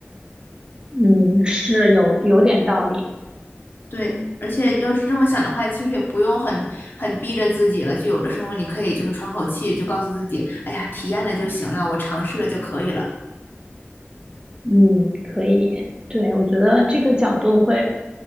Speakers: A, on the right (about 20°); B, on the left (about 50°).
A: 嗯，是有有点道理。
B: 对，而且要是这么想的话，其实也不用很很逼着自己了，就有的时候你可以就是喘口气，就告诉自己，哎呀，体验了就行了，我尝试了就可以了。
A: 嗯，可以，对，我觉得这个角度会，